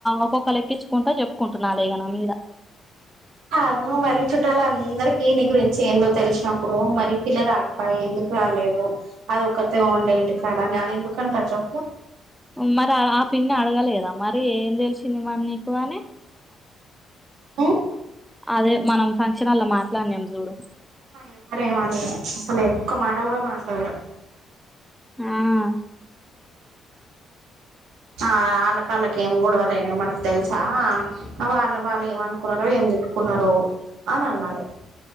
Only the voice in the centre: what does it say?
ఒక్కొక్కళ ఎక్కించుకుంటా చెప్పుకుంటున్నా ఇగ నా మీద
మరి ఆ పిన్ని అడగలేదా మరి ఏం తెలిసింది మరి నీకు అని <inaudible>
అదే మనం ఫంక్షన్ల్ లో మాట్లాడినాం చూడు
ఆహ్